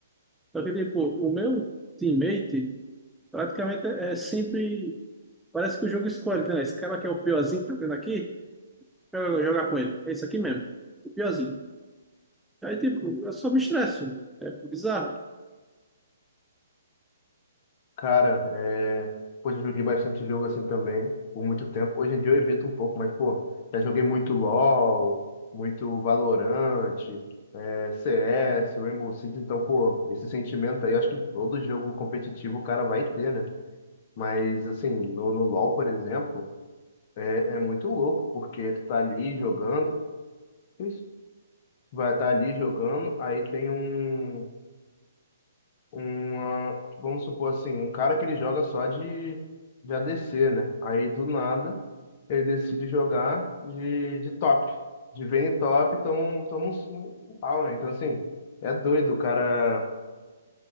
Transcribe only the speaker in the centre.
Só que, tipo, o meu teammate praticamente é é sempre. Parece que o jogo escolhe, né? Esse cara que é o piorzinho que tá tendo aqui, eu vou jogar com ele. É isso aqui mesmo, o piorzinho. Aí, tipo, eu só me estresso. É bizarro.